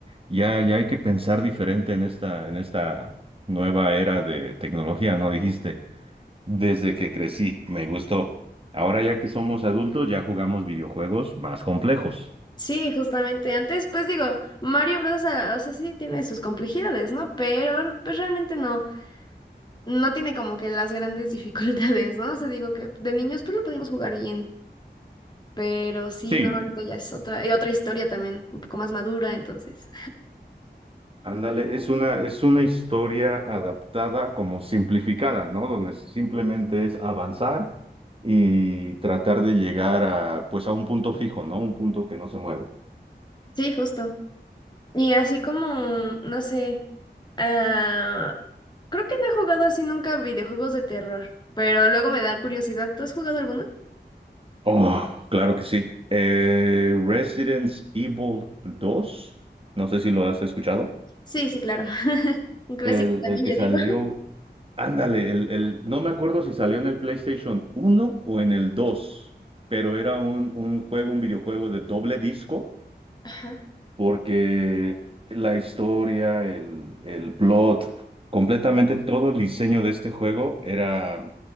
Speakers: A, on the right (about 30°); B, on the left (about 25°).
A: ya, ya hay que pensar diferente en esta, en esta nueva era de tecnología, ¿no? Dijiste Desde que crecí, me gustó. Ahora ya que somos adultos, ya jugamos videojuegos más complejos.
B: Sí, justamente. Antes, pues digo, Mario Bros. ah, O sea, sí tiene sus complejidades, ¿no? Pero, pues realmente no, no tiene como que las grandes <laughs> dificultades, ¿no? O sea, digo que de niños, pues lo podíamos jugar bien. Pero sí,
A: Sí,
B: no, ahorita ya es otra, y otra historia también, un poco más madura, entonces.
A: ándale, es una, es una historia adaptada como simplificada, ¿no? Donde simplemente es avanzar y tratar de llegar a, pues a un punto fijo, ¿no? Un punto que no se mueve.
B: Sí, justo. Y así como, no sé, ah, creo que no he jugado así nunca videojuegos de terror, pero luego me da curiosidad. ¿Tú has jugado alguno?
A: Oh, claro que sí. Eh, Resident Evil dos, no sé si lo has escuchado.
B: Sí, sí, claro. <laughs> Un clásico
A: El,
B: también,
A: el que
B: yo
A: salió,
B: digo.
A: ándale, el, el, no me acuerdo si salió en el PlayStation uno o en el dos pero era un, un juego, un videojuego de doble disco,
B: Ajá.
A: porque la historia, el, el plot, completamente todo el diseño de este juego era